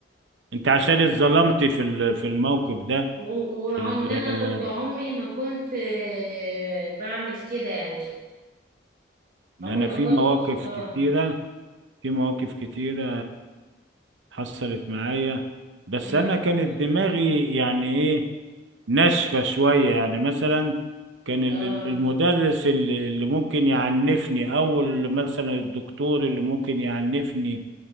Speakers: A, on the right; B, on the right.
A: انت عشان اتظلمت في ال- في الموقف ده
B: و- وان
A: في ال-
B: انا كنت عمري ما كنت آه بعمل كده يعني
A: انا
B: عمري ما
A: في
B: كنت
A: مواقف
B: اه
A: كتيرة في مواقف كتيرة حصلت معايا بس
B: امم
A: انا كانت دماغي يعني ايه ناشفه شويه يعني مثلا كان ال-
B: اه
A: ال- المدرس اللي اللي ممكن يعنفني او ال- مثلا الدكتور اللي ممكن يعنفني